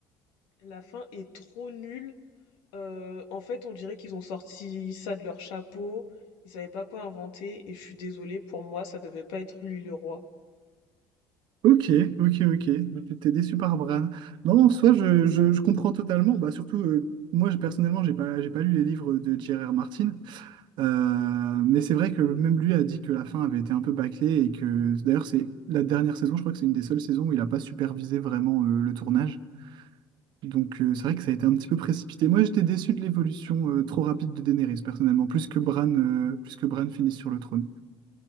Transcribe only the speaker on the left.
La fin est trop nulle. Euh, en fait, on dirait qu'ils ont sorti ça de leur chapeau. Ils savaient pas quoi inventer et je suis désolée, pour moi, ça devait pas être lui le roi.